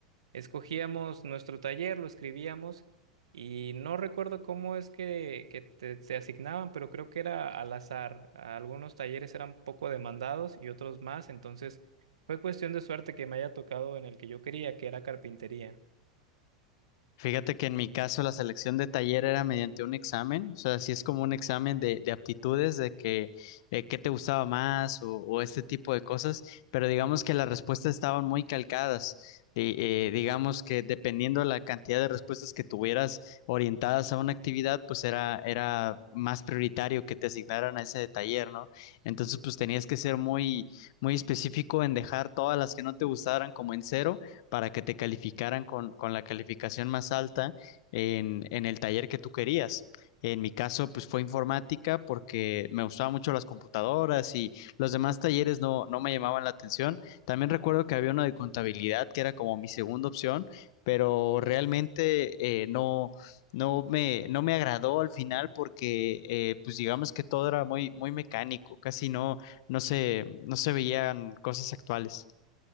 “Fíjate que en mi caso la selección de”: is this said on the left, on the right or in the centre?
Left